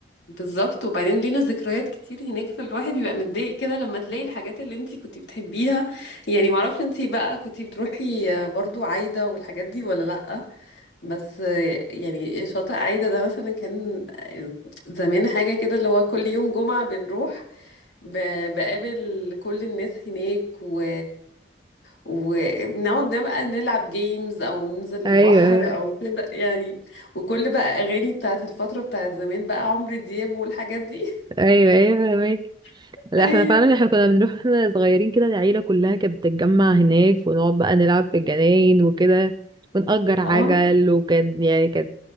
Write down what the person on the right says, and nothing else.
ايوه ايوه
ايوه ايوه فاهمك
لا
احنا فعلا احنا كنا بنروح احنا صغيرين كده العيله كلها كانت بتتجمع هناك ونقعد بقى نلعب في الجناين وكده ونأجر عجل
وكانت يعني كانت